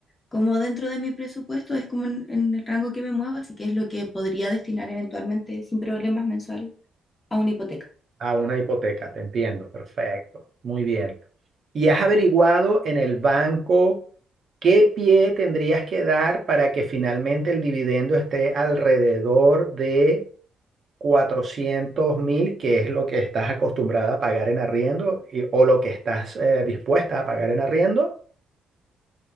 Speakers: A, on the left (about 25°); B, on the right (about 45°).
A: como dentro de mi presupuesto, es como en, en el rango que me muevo, así que es lo que podría destinar eventualmente sin problemas mensual a una hipoteca.
B: a una hipoteca, te entiendo, perfecto, muy bien. ¿Y has averiguado en el banco qué pie tendrías que dar para que finalmente el dividendo esté alrededor de cuatrocientos mil, que es lo que estás acostumbrada a pagar en arriendo y- o lo que estás eh, dispuesta a pagar en arriendo?